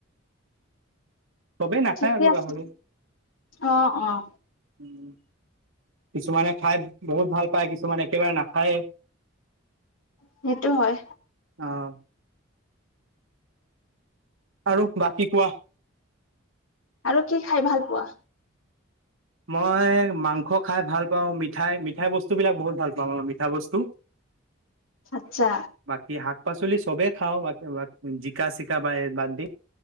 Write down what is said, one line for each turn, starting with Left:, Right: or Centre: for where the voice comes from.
Right: চবেই নাখায়
Left: ঠিকে
Right: আকৌ
Left: আছে
Right: গাহৰি।
Left: অ অ
Right: উম, কিছুমানে খাই বহুত ভাল পায়, কিছুমানে একেবাৰে নাখায়ে।
Left: সেইটো হয়।
Right: অহ। আৰু বাকী কোৱা?
Left: আৰু কি খায় ভাল পোৱা?
Right: মই মাংস খাই ভাল পাওঁ, মিঠাই মিঠাই বস্তুবিলাক বহুত ভাল পাওঁ মিঠা বস্তু।
Left: আচ্ছা
Right: বাকী শাক-পাচলি চবেই খাওঁ, বা-বাকী জিকা-চিকা বা-বাদ দি।